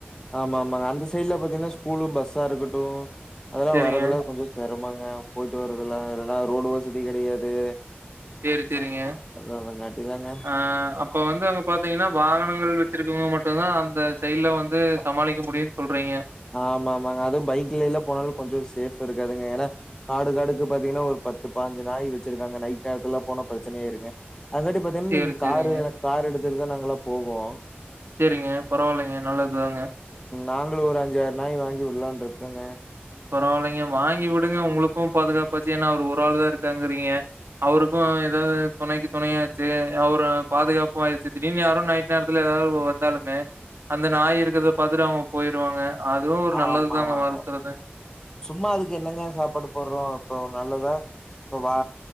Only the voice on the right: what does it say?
சரிங்க
சேரி சேரிங்க
ஆ அப் அப்போ வந்து அங்க பாத்தீங்கன்னா வாகனங்கள் வச்சிருக்கவங்க மட்டுதா அந்த சைடுல வந்து சமாளிக்க முடியும்னு சொல்றீங்க
சரி
சரிங்க
சேரிங்க பரவாயில்லைங்க நல்லதுதாங்க
பரவாயில்லைங்க வாங்கி விடுங்க உங்களுக்கு பாதுகாப்பாச்சி ஏன்னா அவரு ஒரு ஆள்தா இருக்காருங்கிறீங்க அவருக்கு ஏதாவது துணைக்கு துணையாச்சி அவரு பாதுகாப்பு ஆயிடுச்சி திடீர்னு யாரும் நைட் நேரத்துல ஏதாவது வந்தாலுமே அந்த நாய் இருக்கறத பாத்துட்டு அவுங்க போயிருவாங்க அதுவு ஒரு நல்லதுதாங்க
வாழ்த்துறது